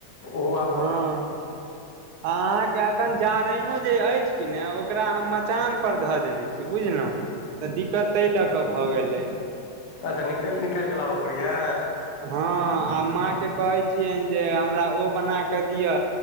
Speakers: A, on the left; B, on the right.
A: ओहो आपद
B: हँ अहाँके एखन जारैनो जे अछि कि ने ओकरा हम मचान पर धऽ देने छी बुझलहुँ तऽ दिक्कत ताहि लऽ कऽ भऽ गेलै
A: अच्छािक निकालि कऽ लाबऽ पड़ैया
B: हँ आ माँके कहै छियनि जे हमरा ओ बना कऽ दिअ